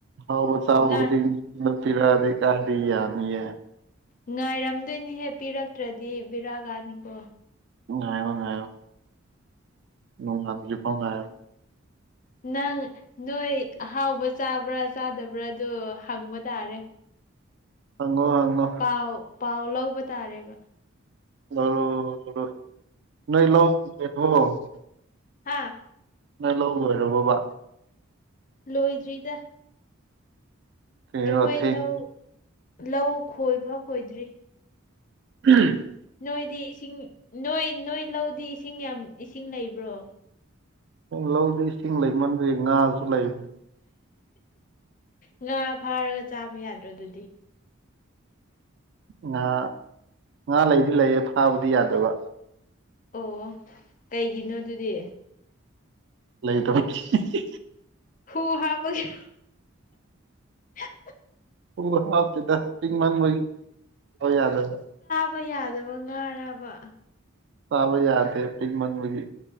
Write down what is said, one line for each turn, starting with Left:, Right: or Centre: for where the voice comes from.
Right: ꯍꯥꯎꯕ ꯆꯥꯕ
Left: ꯉꯥ
Right: ꯈꯨꯗꯤꯡ ꯗ ꯄꯤꯔꯛꯑꯗꯤ ꯀꯥꯢꯗꯩ ꯌꯥꯅꯤꯌꯦ
Left: ꯉꯥꯏꯔꯝꯗꯣꯏꯅꯤꯍꯦ ꯄꯤꯔꯛꯇ꯭ꯔꯗꯤ ꯕꯤꯔꯥ ꯀꯥꯅꯤꯀꯣ
Right: ꯉꯥꯢꯌꯣ ꯉꯥꯢꯌꯣ ꯅꯣꯡꯉꯥꯟꯗ꯭ꯔꯤꯐꯥꯎ ꯉꯥꯢꯌꯣ
Left: ꯅꯪ ꯅꯣꯏ ꯑꯍꯥꯎꯕ ꯆꯥꯕ꯭ꯔꯥ ꯆꯥꯗꯕ꯭ꯔꯥ ꯑꯗꯨ ꯍꯪꯕ ꯇꯥꯔꯦ
Right: ꯉꯣ ꯍꯪꯉꯣ
Left: ꯄꯥꯎ ꯄꯥꯎ ꯂꯧꯕ ꯇꯥꯔꯦꯕ
Right: ꯂꯧꯔꯣ ꯂꯧꯔꯣ ꯅꯣꯢ ꯂꯧ <unintelligible>
Left: ꯍꯥꯥ
Right: ꯅꯣꯢ ꯂꯧ ꯂꯣꯢꯔꯕꯣꯕ
Left: ꯂꯣꯏꯗ꯭ꯔꯤꯗ
Right: ꯀꯩꯔꯣ
Left: ꯑꯩꯈꯣꯏ
Right: ꯊꯦꯡ
Left: ꯂꯧ ꯂꯧ ꯈꯣꯏꯐꯥꯎ ꯈꯣꯏꯗ꯭ꯔꯤ
Right: ꯎꯍꯨꯝ
Left: ꯅꯣꯏꯗꯤ ꯏꯁꯤꯡ ꯅꯣꯏ ꯅꯣꯏ ꯂꯧꯗꯤ ꯏꯁꯤꯡ ꯌꯥꯝ ꯏꯁꯤꯡ ꯂꯩꯕ꯭ꯔꯣ
Right: ꯂꯧꯗꯤ ꯏꯁꯤꯡ ꯂꯩꯃꯟꯕꯒꯤ ꯉꯥꯁꯨ ꯂꯩꯕꯅꯦ
Left: ꯉꯥ ꯐꯥꯔꯒ ꯆꯥꯕ ꯌꯥꯗ꯭ꯔꯣ ꯑꯗꯨꯗꯤ
Right: ꯉꯥ ꯉꯥ ꯂꯩꯗꯤ ꯂꯩꯌꯦ ꯐꯥꯕꯗꯤ ꯌꯥꯗꯕ
Left: ꯑꯣ ꯀꯩꯒꯤꯅꯣ ꯑꯗꯨꯗꯤ
Right: ꯂꯩ ꯇꯕꯒꯤ ꯍꯤ ꯍꯤ
Left: ꯍꯨ ꯍꯥꯥꯕꯒꯤꯔꯣ <unintelligible>
Right: ꯄꯨꯡ ꯍꯥꯞꯇꯦꯗ ꯄꯤꯛ ꯃꯟꯕꯩ ꯃꯣꯏ ꯌꯥꯗꯕ
Left: ꯃꯣꯢ ꯌꯥꯗꯕ ꯉꯥꯔꯕ
Right: ꯇꯥꯕ ꯌꯥꯗꯦ ꯄꯤꯛ ꯃꯟꯕꯒꯤ